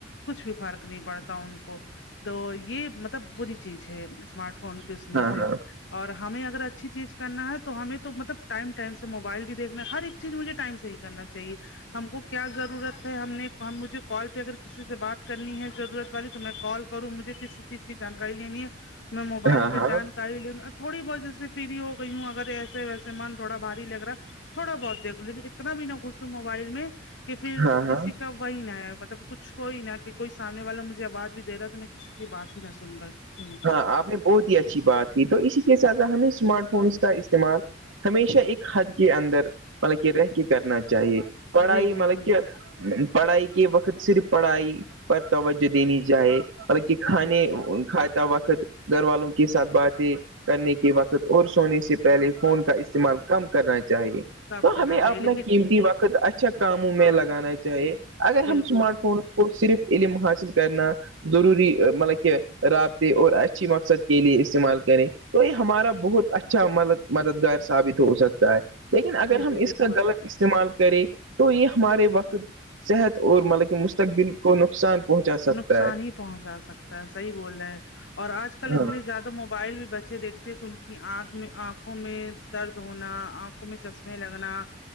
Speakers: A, on the left (about 70°); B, on the right (about 85°).
A: کچھ بھی فرق نہیں پڑتا ان کو تو یہ مطلب بری چیز ہے اس فون کے اس
B: ہاں
A: میں
B: ہاں
A: سے
B: ہاں
A: اور ہمیں اگر اچھی چیز کرنا ہے تو ہمیں تو مطلب ٹائم ٹائم سے موبائل بھی دیکھنا ہے ہر ایک چیز مجھے ٹائم سے ہی کرنا چاہیے ہم کو کیا ضرورت ہے ہم نے ہم مجھے کال پہ اگر کسی سے بات کرنی ہے ضرورت والی تو میں کال کروں مجھے کسی کی کی جانکاری لینی ہے میں موبائل
B: ہاں
A: پہ
B: ہاں
A: جان کاری لے لوں تھوڑی بہت جیسے فری ہو گئی ہوں اگر ایسے ویسے من تھوڑا بھاری لگ رہا تھوڑا بہت دیکھو لیکن اتنا بھی نہ گسو موبائل میں کہ پھر
B: ہاں ہاں
A: کسی کا وہی نہ مطلب کچھ ہو ہی نہا کہ کوئی سامنے والا مجھے آواز بھی دے رہا ہے تو میں کچھ کی بات ہی نہ سن رہا سنو
B: ہاں آپ نے بہت ہی اچھی بات تھی تو اسی کے ساتھ ساتھ ہمیں اسمارٹ فونس کا استعمال ہمیشہ ایک حد کے اندر مطلب کہ رہ کے کرنا چاہیے پڑھائی
A: جی جی
B: مطلب
A: جی
B: کہ
A: بالکل
B: پڑھائی کے وقت صرف پڑھائی پر توجہ دینی چاہے کہ کھانے
A: جی جی
B: کھاتا وقت گھر والوں کے ساتھ باتیں کرنے کے وقت اور سونے سے پہلے فون کا استعمال کم کرنا چاہیے
A: کام
B: تو
A: کرنا
B: ہمیں اپنا
A: چاہیے لیکن
B: قیمتی وقت اچھا کاموں میں
A: ہاں
B: لگانا چاہیے اگر
A: بالکل
B: ہم اسمارٹ فون صرف علم حاصل کرنا ضروری مطلب کہ رابط اور اچھی مقصد کے لیے استعمال کریں تو یہ ہمارا بہت اچھا مطلب مددگار ثابت ہو سکتا ہے لیکن اگر
A: جی جی
B: ہم اس
A: بالکل
B: کا غلط استعمال کریں تو یہ ہمارے
A: بالکل
B: وقت صحت اور مطلب کہ مستقبل کو نقصان پہنچا سکتا
A: نقصان
B: ہے
A: ہی پہنچا سکتا ہے صحیح بول رہے ہے اور آج کل
B: ہاں
A: اتنے زیادہ موبائل بھی بچ اے دیکھتے کہ ان کی آنکھ میں آنکھوں میں درد ہونا آنکھوں میں چشمے لگنا